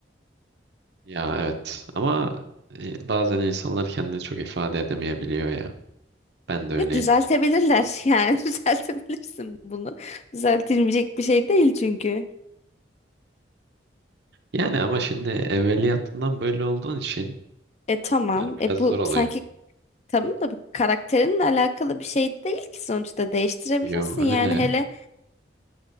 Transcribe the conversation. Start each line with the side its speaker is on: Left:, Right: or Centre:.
Right: Ya evet. Ama e, bazen insanlar kendini çok ifade edemeyebiliyor ya. Ben de öyleyim.
Left: ya düzeltebilirler <laughs> yani düzeltebilirsin bunu. Düzeltilmeyecek bir şey değil çünkü.
Right: Yani ama şimdi evveliyatından böyle olduğun için
Left: E tamam.
Right: yani biraz
Left: E bu
Right: zor oluyor.
Left: sanki tamam da bu karakterinle alakalı bir şey değil ki sonuçta değiştirebilirsin.
Right: Yo öyle.
Left: Yani hele